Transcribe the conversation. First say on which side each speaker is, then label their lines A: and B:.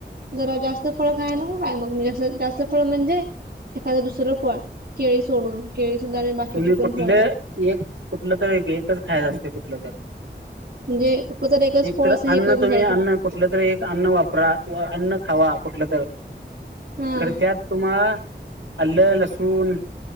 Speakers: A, on the right; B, on the right.
A: जरा जास्त फळ खाया नको काय मग, अस जास्त फळ म्हणजे एखादं दुसरं दुसरं फळं केळी सोडून केळी बाकीची
B: तुम्ही
A: पण
B: कुठले
A: फळ
B: एक कुठलं तरी एकच खायचं असत कुठलं पण.
A: म्हणजे कुठलं जर एकच फळ
B: तर
A: असं हे
B: अन्न
A: करून
B: तुम्ही
A: घ्यायचं.
B: अन्न कुठलं तरी एक अन्न वापरा किंवा अन्न खावा कुठलं तर
A: हा
B: करत्यात तुम्हा अल्ल, लसून